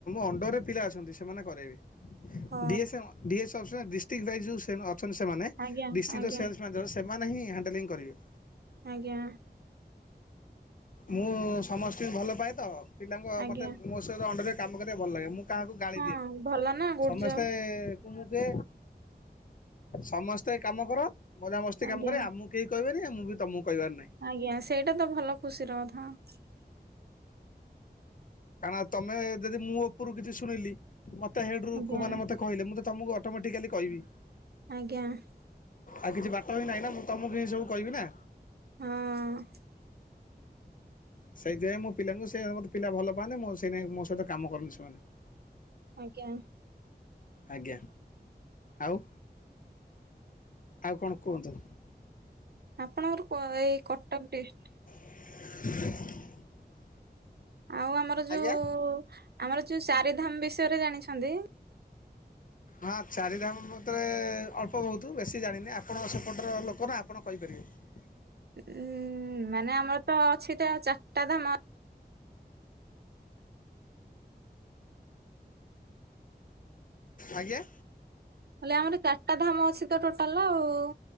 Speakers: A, on the left; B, on the right.
A: ଅଣ୍ଡରରେ ପିଲା ଅଛନ୍ତି ସେମାନେ କରେଇବେ
B: ହଁ
A: । <unintelligible> ଅଛନ୍ତି ସେମାନେ
B: ଆଜ୍ଞା
A: ଡିଷ୍ଟ୍ରିକ୍ଟର
B: ଆଜ୍ଞା
A: ସେଲ୍ସ ମ୍ୟାନଜର ସେମାନେ ହିଁ ହ୍ୟାଣ୍ଡେଲିଙ୍ଗ କରିବେ ।
B: ଆଜ୍ଞା।
A: ମୁଁ ସମସ୍ତଙ୍କୁ ଭଲ ପାଏ ତ ପିଲାଙ୍କ
B: ଆଜ୍ଞା
A: ମତେ ମୋ ସହିତ ଅଣ୍ଡରେ କାମ କରିବାକୁ ଭଲ ଲାଗେ ମୁଁ କାହାକୁ ଗାଳି
B: ହଁ
A: ଦିଏ ନା
B: ଭଲ ନା ଗୁଡ୍
A: ସମସ୍ତେ-ଏ-ଏ-ଏ
B: ଜବ୍।
A: ତୁ ମୁ କେ ସମସ୍ତେ କାମ କର ମଜା ମସ୍ତି
B: ଆଜ୍ଞା
A: କାମ କରେ। ଆମକୁ କେହି କହିବେନି ମୁଁ ବି ତମକୁ କହିବାର ନାହିଁ
B: ଆଜ୍ଞା ସେଇଟା ତ ଭଲ ଖୁସିର କଥା ।
A: କାରଣ ତମେ ଯଦି ମୁଁ ଉପରୁ କିଛି ଶୁଣିଲି ମତେ ହେଡ ରୁ ଲୋକ
B: ଆଜ୍ଞା।
A: ମାନେ ମତେ କହିଲେ ମୁଁ ତ ତମକୁ ଅଟୋମେଟିକାଲି କହିବି।
B: ଆଜ୍ଞା ।
A: ଆଉ କିଛି ବାଟ ହି ନାହିଁ ନା ମୁଁ ତମକୁ ହିଁ ସବୁ କହିବି ନା।
B: ହଁ ।
A: ସେଇଥିପାଇଁ ମୁଁ ପିଲାଙ୍କୁ ସେ ମୋତେ ପିଲା ଭଲ ମାନେ ମଁ ସେ ମୋ ସହିତ କାମ କରନି ସେମାନେ ।
B: ଆଜ୍ଞା ।
A: ଆଜ୍ଞା ଆଉ ଆଉ କଣ କୁହନ୍ତୁ?
B: ଆପଣଙ୍କର କ ଏଇ କଟକ ଡିଷ୍ଟ
A: <unintelligible>
B: ଆଉ ଆମର ଯୋଉ-ଉ-ଉ
A: ଆଜ୍ଞା
B: ଆମର ଯୋଉ ଚାରିଧାମ ବିଷୟରେ ଜାଣିଛନ୍ତି?
A: ହଁ ଚାରିଧାମ ମତେ-ଏ-ଏ-ଏ ଅଳ୍ପ ବହୁତ ବେଶୀ ଜାଣିନି ଆପଣ ସେପଟର ଲୋକ ନା ଆପଣ କହିପାରିବେ । ହ <unintelligible>
B: ଉଁ-ଉ-ଉ-ଉ ମାନେ ଆମର ତ ଅଛି ତ ଚାରିଟା ଧାମ
A: ଆଜ୍ଞା
B: ହେଲେ ଆମର ଚାରିଟା ଧାମ ଅଛି ତ ଟୋଟାଲ ଆଉ-ଉ-ଉ